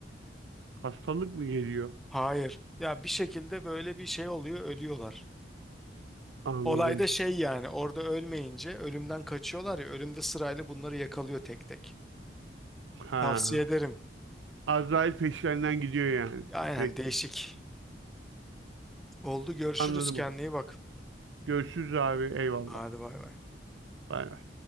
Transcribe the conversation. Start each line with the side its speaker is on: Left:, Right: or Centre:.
Right: hastalık mı geliyor?
Centre: Hayır. Ya bir şekilde böyle bir şey oluyor ölüyorlar.
Right: Anladım.
Centre: Olayda şey yani orada ölmeyince ölümden kaçıyorlar ya ölümde sırayla bunları yakalıyor tek tek.
Right: Ha,
Centre: Tavsiye ederim.
Right: Azrail peşlerinden gidiyor yani
Centre: Aynen
Right: sürekli.
Centre: değişik. Oldu görüşürüz
Right: Anladım
Centre: kendine
Right: onu.
Centre: iyi bak.
Right: Görüşürüz abi. Eyvallah.
Centre: Hadi bay bay.
Right: Bay bay.